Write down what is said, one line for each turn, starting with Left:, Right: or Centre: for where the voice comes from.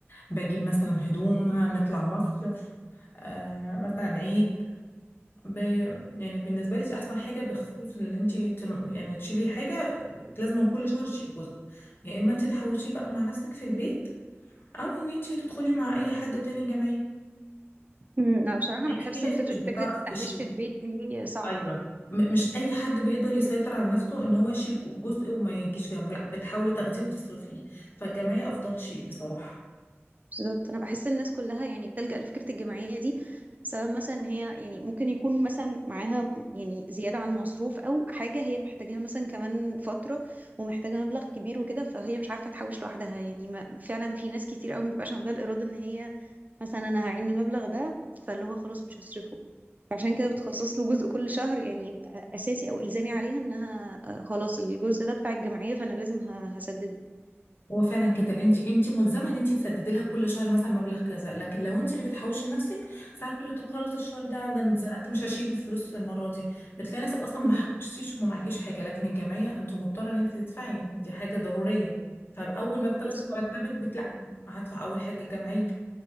Left: بجيب مثلا هدوم نطلع مصيف آه مثلا عيد ب... يعني بالنسبة لي دي أحسن حاجة بخصوص اللي انت تن... يعني تشيلي حاجة لازم كل شهر تشيلي جزء يا إما انت تحوشيه بقى مع نفسك في البيت أو إن انت تدخلي مع أي حد تاني جمعية
Right: امم، لا بصراحة
Left: يعني
Right: انا بحس
Left: في ناس
Right: ان فكرة
Left: مش بتعرف
Right: فكرة التحويش
Left: تشيل
Right: في البيت دي صعب
Left: ايوه م- مش اي حد بيقدر يسيطر على نفسه ان هو يشيل كو- جزء وما يجيش جنبه لا بتحاولي تاخديه وتصرفيه فالجمعيه افضل شيء بصراحه
Right: بالضبط انا بحس الناس كلها يعني بتلجأ لفكره الجمعيه دي سبب مثلا ان هي يعني ممكن يكون مثلا معاها يعني زياده عن المصروف او حاجه هي محتاجاها مثلا كمان فتره ومحتاجه مبلغ كبير وكده فهي مش عارفه تحوش لوحدها يعني ما فعلا في ناس كتير قوي ما بيبقاش عندها الاراده ان هي مثلا انا هعين المبلغ ده فاللي هو خلاص مش هصرفه فعشان كده بتخصص له جزء كل شهر يعني يبقى اساسي او الزامي عليها انها آه، خلاص الجزء ده بتاع الجمعيه فانا لازم ه- هسدده
Left: هو فعلا كده انت انت ملزمه ان انت تسددي لها كل شهر مثلا مبلغ كذا لكن لو انت اللي بتحوشي لنفسك ساعات تقولي طب خلاص الشهر ده ده انا اتزنقت مش هشيل الفلوس للمره دي بتلاقي نفسك اصلا ما
Right: <laughs>
Left: حوشتيش وما معكيش حاجه لكن الجمعيه انت مضطره ان انت تدفعي دي حاجه ضروريه فاول ما بتاخدي
Right: مم.
Left: مرتبك بتلا هدفع اول حاجه الجمعيه